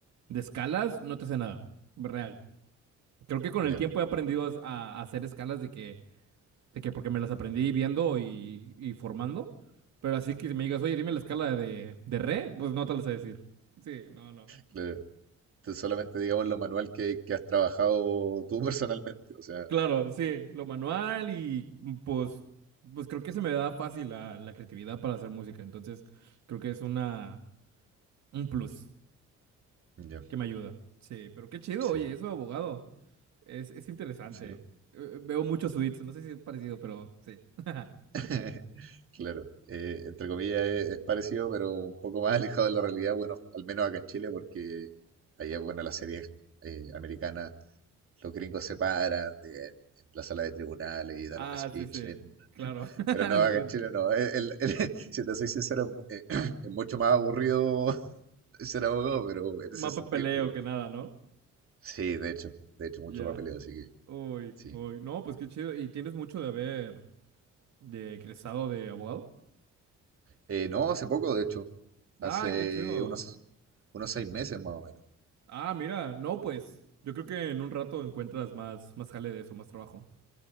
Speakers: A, on the right; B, on the right.
A: de escalas, no te sé nada. Real. Creo que con
B: Ya,
A: el tiempo he aprendido a, a hacer escalas de que, de que porque me las aprendí viendo y, y formando. Pero así que me digas, oye, dime la escala de, de re, pues no te la sé decir. Sí, no, no.
B: claro. Entonces, solamente digamos lo manual que, que has trabajado tú <laughs> personalmente, o sea,
A: Claro, sí, lo manual y mm, pues, pues creo que se me da fácil la, la creatividad para hacer música. Entonces, creo que es una, un plus
B: Ya,
A: que me ayuda. Sí, pero qué chido,
B: sí,
A: oye, eso de abogado. Es, es interesante.
B: sí.
A: Eh, Veo muchos suites, no sé si es parecido, pero sí. <laughs>
B: <laughs> claro, eh, entre comillas es, es parecido, pero un poco más <laughs> alejado de la realidad, bueno, al menos acá en Chile, porque allá, bueno, las series eh, americanas, los gringos se paran de- en, en la sala de tribunales y dan
A: Ah,
B: un speech
A: sí, sí,
B: en...
A: claro,
B: <laughs>
A: <laughs>
B: Pero no,
A: diferente.
B: acá en Chile no. El- el- el- <laughs> si te soy sincero, es, mu- eh, <clears throat> es mucho más aburrido <laughs> ser abogado, pero en
A: Más
B: ese sentido,
A: papeleo
B: pero
A: que nada, ¿no?
B: Sí, de hecho, de hecho, mucho
A: Ya.
B: papeleo, así que
A: Uy,
B: sí.
A: uy. No, pues qué chido. ¿Y tienes mucho de haber de egresado de abogado?
B: Eh, no, hace poco, de hecho,
A: Ah,
B: hace
A: qué chido.
B: unos, unos seis meses más o menos.
A: Ah, mira, no, pues yo creo que en un rato encuentras más, más jale de eso, más trabajo.